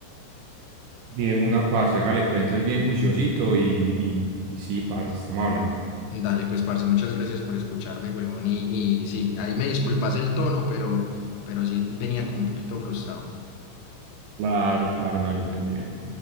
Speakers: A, on the right; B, on the left.
A: De una, parce, hágale, pues entonces bien juiciosito y, y, y sí, parce, estamos hablando.
B: Dale, pues, parce, muchas gracias por escucharme, huevón. Y, y sí, ahí me disculpas el tono, pero, pero sí venía como un poquito frustrado.
A: Claro, claro, no, yo te entiendo.